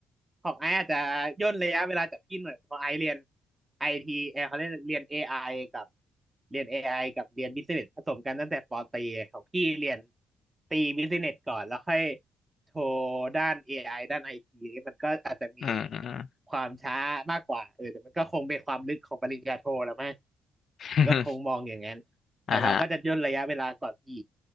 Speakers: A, on the right (about 20°); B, on the left (about 55°).
A: ของไอซ์อาจจะย่นระยะเวลาจากพี่หน่อยเพราะไอซ์เรียนไอทีเออเขาเรียนเรียนเอไอกับเรียนเอไอกับเรียนบิสเนสผสมกันตั้งแต่ปอตรีของพี่เรียนตีบิสเนสก่อนแล้วค่อยโทรด้านเอไอด้านไอทีมันก็อาจจะมี
B: <laughs> อืมอืมอืม
A: ความช้ามากกว่าเออแต่มันก็คงเป็นความลึกของปริญญาโทแล้วมั้ง
B: <laughs>
A: ก็คงมองอย่างนั้นแต่เราก็จะย่นระยะเวลาก่อนพี่
B: อ่าฮะ